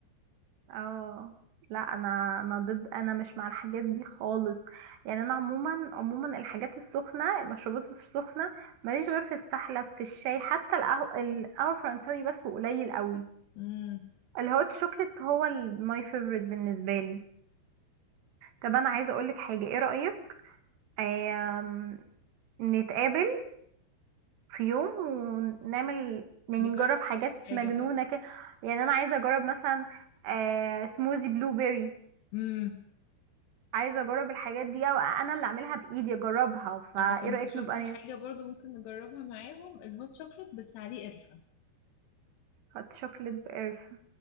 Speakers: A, on the right; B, on the left.
A: اه لا انا انا ضد انا مش مع الحاجات دي خالص يعني انا عموما عموما الحاجات السخنة المشروبات السخنة ماليش غير في السحلب في الشاي حتى القهوة القهوة الفرنساوي بس وقليل قوي
B: امم
A: الهوت شوكليت هو ماي فيفورت بالنسبة لي طب انا عايزة اقولك حاجة ايه رأيك آم، نتقابل في يوم ونعمل يعني
B: نجرب
A: نجرب حاجات
B: كذا حاجه
A: مجنونة
B: بقى
A: كده يعني أنا عايزة أجرب مثلا آه سموزي بلو بيري
B: امم
A: عايزة أجرب الحاجات دي أو أنا اللي أعملها بإيدي أجربها فإيه
B: انا كنت
A: رأيك
B: شفت
A: نبقى
B: حاجه برضو ممكن نجربها معاهم الهوت شوكليت بس عليه قرفه
A: نحط شوكليت بقرفة